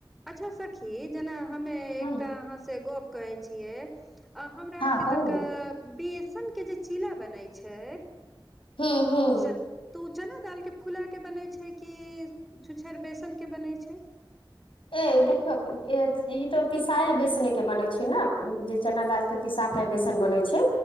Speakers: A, in the centre; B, on the left.
A: अच्छा सखी जेना हमे एकटा
B: हँ
A: अहाँ से गप कहै छियै आ हमरा
B: कहू
A: आरके तनिका
B: ने
A: बेसनके जे चीला बनै छै।
B: हँ-हँ।
A: चन तऽ ओ चना दालिके फुलाके बनैत छै कि छु्छाड़ बेसनके बनैत छै।
B: ए देखिय ई तो पिसायल बेसने के बने छै ने जे चना दाल के। पिसा के बेसन बनै छै।